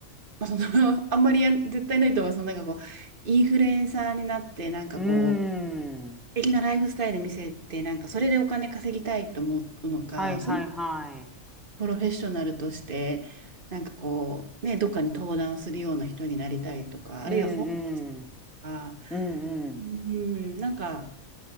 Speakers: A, on the right; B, in the centre.
A: まあ、その <laughs> あんまりやん絶対ないとは、その、なんかこう、インフルエンサーになって、なんかこう、
B: うー
A: 素
B: ん。
A: 敵なライフスタイル見せて、なんか、それでお金稼ぎたいと思うのか、
B: はいはいはい。
A: それプロフェッショナルとして、なんかこう、ね、どっかに登壇するような人になりたいとか、
B: うんうん。
A: あるいは本とか、
B: うんうん。
A: うん、なんか、